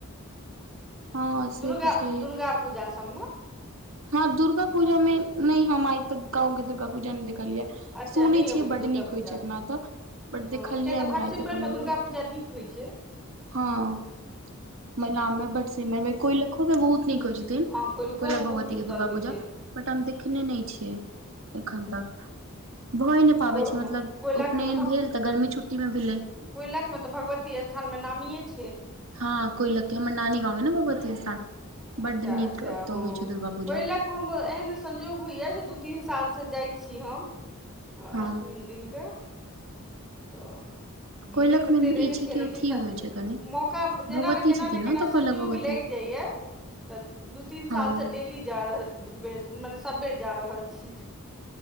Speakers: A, on the right (about 65°); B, in the centre.
A: हँ से
B: दुर्गा
A: तऽ छैहे
B: दुर्गा पूजा सब मे।
A: हँ, दुर्गा पूजा में नहि, हम आइ तक गाँंव के दुर्गा पूजा नहि देखलियै।
B: अच्छा
A: सुनै
B: नहि
A: छियै
B: अबै छै
A: बड्ड
B: दुर्गा
A: नीक
B: पूजामे
A: होइत छै अपना ओत। बट
B: हँ
A: देखलियै
B: किया तऽ भटसिमैरमे
A: नहि आइ तक हम दुर्गा पूजा।
B: नीक होइ छै
A: हँ मैलाम में, भटसिमर में। कोइलखो मे बहुत नीक होइ छथिन,
B: हँ कोइलखोमे
A: कोइलख भगवती
B: बहुत
A: के
B: सुन्दर
A: दुर्गा
B: होइ
A: पूजा।
B: छै
A: बट हम देखने नहि छियै, एखन तक, भए नहि पाबै
B: को
A: छै, मतलब
B: कोइलखमे
A: उपनयन भेल त गर्मी छुट्टी मे भेलै।
B: कोइलख मे तऽ भगवती स्थान मे नामिये छय।
A: हँ कोइलख के, हमर नानी गाँंव अई ने भगवती स्थान,
B: अच्छा
A: बड नीक
B: अच्छा
A: ओत होइ
B: हँ
A: छय दुर्गा पूजा।
B: कोयलख हम एहन संयोग होइया जे दू तीन साल सँ जाइ छी हम। अष्टमी
A: हँ
B: दिन क त भीड़े
A: कोइलख
B: ततेक
A: मे
B: रहै
A: ई
B: छै, लेकिन
A: कि अथी होइ छै कनि
B: मौका
A: भगवती
B: जेना केना
A: छथिन
B: ने केना
A: ओतऽ कोइलख
B: संजोग
A: भगवती
B: लागि जाइए। तऽ दू तीन सालसँ
A: हँ
B: डेली जा रहल, स मने सब बेर जा रहल छी।